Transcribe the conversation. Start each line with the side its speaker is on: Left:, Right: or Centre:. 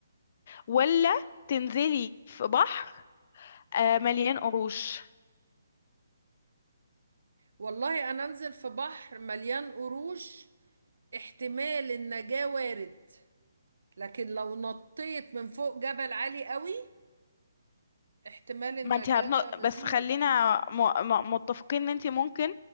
Left: ولا تنزلي في بحر أه مليان قروش
Right: والله أنا أنزل في بحر مليان قروش احتمال النجاة وارد لكن لو نطيت من فوق جبل عالي قوي احتمال النجاة
Left: ما انت هتنط بس
Right: زيرو
Left: خلينا م... م... متفقين ان انت ممكن